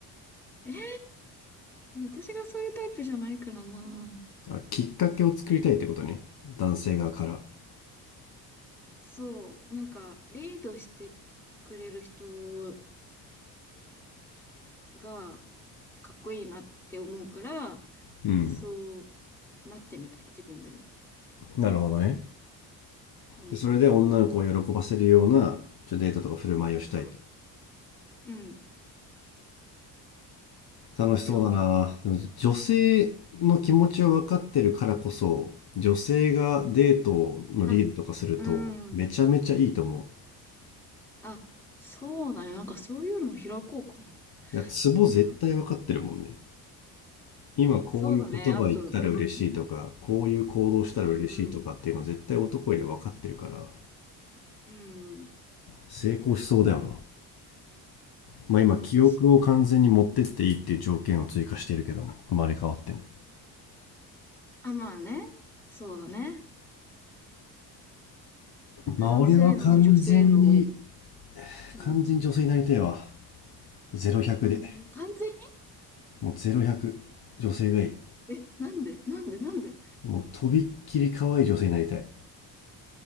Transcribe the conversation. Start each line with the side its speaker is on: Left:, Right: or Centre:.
Centre: えー、でも私がそういうタイプじゃないからな。
Left: あきっかけを作りたいってことね男性側から
Centre: そう、なんか、リードしてくれる人がかっこいいなって思うから、
Left: うん
Centre: そうなってみたい、自分でも。
Left: なるほどね。
Centre: うん。
Left: でそれで女の子を喜ばせるようなちょデートとか振る舞いをしたい
Centre: そう。うん。
Left: 楽しそうだなでも女性の気持ちを分かってるからこそ女性がデートのリードとかするとめちゃめちゃいいと思
Centre: りょうは。あ、うん。あ、そうだね。なんかそういうのを開こうかな。
Left: ういやツボ絶対分かってるもんね
Centre: <laughs>
Left: 今こういう言葉言ったら嬉しいとかこういう行動したら嬉しいとかっていうのは絶対男より分かってるから
Centre: そうだね。あと、うん。うん、うん、うん。
Left: 成功しそうだよなまあ、今記憶を完全に持ってっていいっていう条件を追加しているけども生まれ変わっても
Centre: あとす、あ、まあね。そうだね。で、男性の女性の、
Left: まあ俺は完全に
Centre: うん。
Left: 完全に女性になりたいわゼロ1 0
Centre: なんで完全
Left: 0でもう0100女性がいい
Centre: にえ、なんでなんでなんで
Left: もうとびっきり可愛い女性になりたい